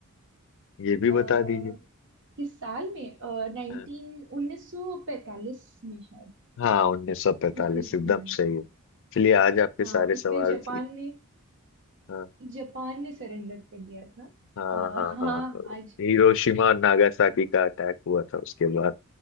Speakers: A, on the left; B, on the right.
A: ये भी
B: अ,
A: बता दीजिए
B: किस साल में नाइनटीन
A: हाँ
B: उन्नीस सौ पैतालीस में शायद
A: हाँ उन्नीस सौ पैंतालीस
B: मेरे को जो
A: एकदम
B: याद
A: सही
B: है।
A: है चलिए आज आपके
B: हाँ
A: सारे
B: उसमें
A: सवाल
B: जापान ने
A: हाँ
B: जापान ने सरेंडर कर दिया था
A: हाँ
B: अ,
A: हाँ
B: हाँ
A: हाँ हाँ।
B: आज
A: हिरोशिमा और नागासाकी का अटैक हुआ था उसके बाद